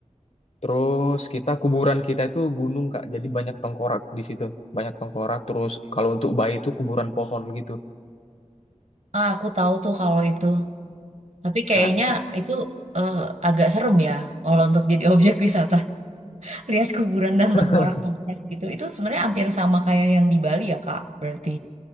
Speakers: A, on the left (about 60°); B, on the right (about 65°).
A: Terus kita kuburan kita itu gunung Kak. Jadi banyak tengkorak di situ, banyak tengkorak. Terus kalau untuk bayi itu kuburan pohon gitu.
B: Ah, aku tahu tuh kalau itu. Tapi kayaknya
A: Nah,
B: itu eh, agak serem ya kalau untuk jadi <laughs> objek wisata. lihat kuburan dan
A: <laughs>
B: tengkorak-tengkorak gitu. Itu sebenarnya hampir sama kayak yang di Bali ya, Kak, berarti